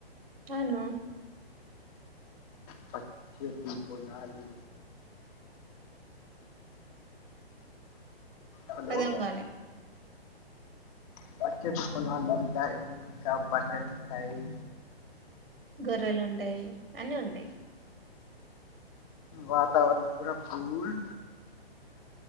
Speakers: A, on the right (about 60°); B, on the left (about 35°).
A: అవును
B: పచ్చటి పోలాలు హలో
A: అర్థం కాలే
B: పచ్చటి పొలాలుంటాయి బర్రెలుంటాయి
A: గొర్రెలుంటాయి అన్నీ ఉంటాయి
B: వాతావరణం కూడా ఫూల్